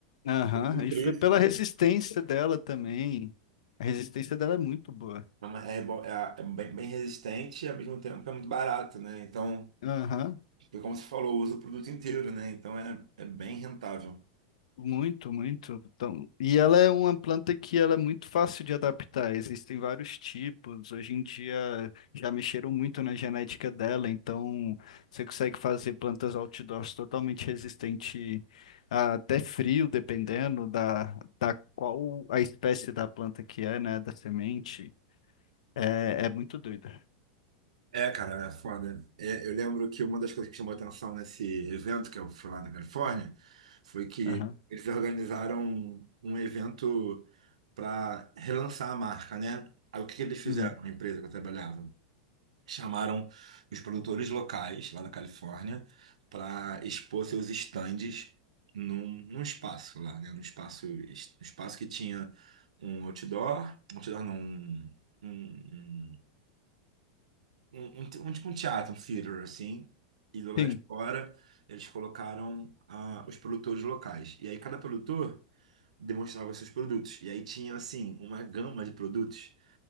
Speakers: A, on the left; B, on the right.
A: Aham,
B: E o
A: E
B: preço,
A: foi pela
B: né?
A: resistência dela também. A resistência dela é muito boa.
B: É, uma- é bo- é- é bem, bem resistente e ao mesmo tempo é muito barato, né? Então,
A: Aham.
B: como você falou, usa o produto inteiro, né? Então é, é bem rentável.
A: Muito, muito. Então, e ela é uma planta que ela é muito fácil de adaptar. Existem vários tipos. Hoje em dia já mexeram muito na genética dela, então você consegue fazer plantas outdoors totalmente resistente a até frio, dependendo da, da qual a espécie da planta que é, né? Da semente. É, é muito doida.
B: É, cara, é foda. É, eu lembro que uma das coisas que chamou atenção nesse evento que eu fui lá na Califórnia foi que
A: Aham.
B: eles organizaram um, um evento para relançar a marca, né? Aí o que que eles fizeram,
A: Uhum.
B: a empresa que eu trabalhava? Chamaram os produtores locais lá da Califórnia para expor seus estandes num, num espaço lá, né? Num espaço, um espaço que tinha um outdoor, um outdoor não, um, um- um, um, te- um tipo um teatro, um theater, assim, e do lado
A: Sim.
B: de fora eles colocaram ah, os produtores locais. E aí cada produtor demonstrava seus produtos. E aí tinha, assim, uma gama de produtos